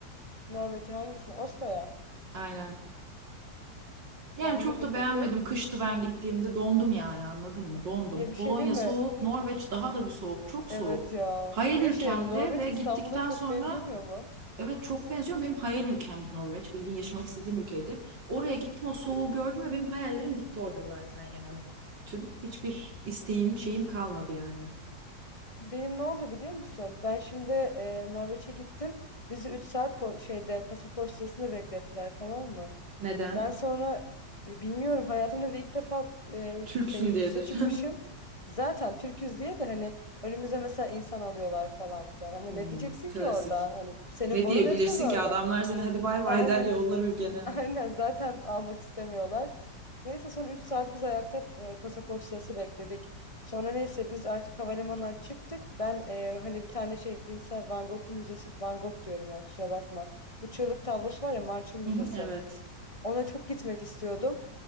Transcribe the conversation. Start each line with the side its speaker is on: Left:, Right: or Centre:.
Left: Norveç'e hangisine? Oslo'ya.
Right: Aynen. Yani
Left: Beğendin
Right: çok
Left: mi
Right: da
Left: peki?
Right: beğenmedim. Kıştı ben gittiğimde dondum yani anladın mı? Dondum.
Left: Ya bir
Right: Polonya
Left: şey değil mi?
Right: soğuk, Norveç daha da bir soğuk. Çok
Left: Evet
Right: soğuk.
Left: ya.
Right: Hayal
Left: Bir
Right: ülkemdi
Left: de şey yani Norveç
Right: ve
Left: İstanbul'a
Right: gittikten
Left: çok
Right: sonra
Left: benzemiyor mu?
Right: evet çok benziyor. Benim hayal ülkemdi Norveç. Bildiğin yaşamak istediğim ülkeydi. Oraya gittim o soğuğu gördüm ve benim hayallerim bitti orada zaten yani. Bütün hiçbir isteğim şeyim kalmadı yani.
Left: Benim ne oldu biliyor musun? Ben şimdi e, Norveç'e gittim. Bizi 3 saat po- şeyde pasaport sırasında beklettiler tamam mı?
Right: Neden?
Left: Ben sonra e, bilmiyorum hayatımda bir de ilk defa e,
Right: Türksün
Left: şey yurt
Right: diyedir.
Left: dışına çıkmışım.
Right: <laughs>
Left: Zaten Türküz diye de hani önümüze mesela insan alıyorlar falan filan. Ama
Right: Hmm,
Left: ne diyeceksin
Right: klasik.
Left: ki orada? Hani senin
Right: Ne
Left: borun
Right: diyebilirsin
Left: etmez orada.
Right: ki adamlar seni hadi bay bay
Left: Aynen.
Right: der yollar ülkene.
Left: Aynen zaten almak istemiyorlar. Neyse son 3 saat biz ayakta e, pasaport sırası bekledik. Sonra neyse biz artık havalimanından çıktık. Ben e, hani bir tane şey Vincent Van Gogh Müzesi Van Gogh diyorum ya kusura bakma. Bu çığlık tablosu var ya Marçın Müzesi.
Right: Hı hı, evet.
Left: Ona çok gitmek istiyordum.